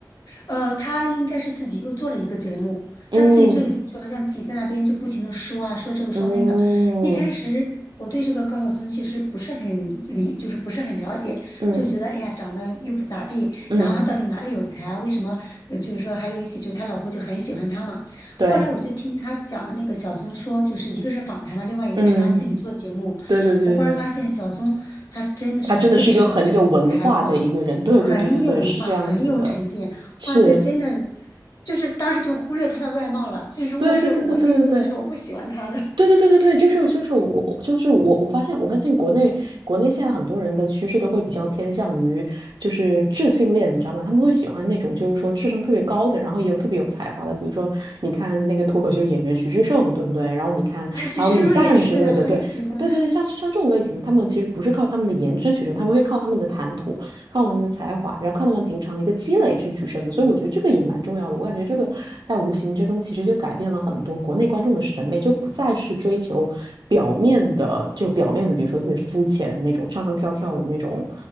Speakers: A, on the left; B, on the right.
A: 呃，他应该是自己又做了一个节目，
B: 嗯
A: 他自己做一个节目，就好像自己在那边就不停的说啊，说这个说那个。
B: 嗯
A: 一开始我对这个高晓松其实不是很理，就是不是很了解，
B: 嗯
A: 就觉得哎呀，长得又不咋地，
B: 嗯，
A: 然后他到底哪里有才啊？为什么？呃，就是说还有一些就是他老婆就很喜欢他嘛。
B: 对，
A: 后来我就听他讲那个小松说，就是一个是访谈嘛，另外一个是他自己做节目，
B: 嗯，对对对对。
A: 我忽然发现小松他真的是非常非常有才华。
B: 他真的是一个很有文化的一个人，对对对对对，
A: 很有文化，
B: 是这样子的，
A: 很有沉淀。
B: 是，
A: 哇塞，真的，就是当时就忽略他的外貌了。就如果是我是一个苏州剧的，
B: 对对对对对对对。
A: 我会喜欢他的。<laughs>
B: 对对对对对，就是就是我我就是我我发现我发现国内国内现在很多人的趋势都会比较偏向于就是智性恋，你知道吗？他们会喜欢那种就是说智商特别高的，然后也有特别有才华的，比如说你看那个脱口秀演员徐志胜，对不对？然后你看还有李诞之类的，
A: 哎，许志润也是很喜欢。
B: 对对对对，像像这种类型的，他们其实不是靠他们的颜值取胜，他们会靠他们的谈吐。靠他们的才华，然后靠他们平常的一个积累去取胜的。所以我觉得这个也蛮重要的。我感觉这个在无形之中其实就改变了很多国内观众的审美，就不再是追求表面的，就表面的，比如说特别肤浅的那种唱唱跳跳的那种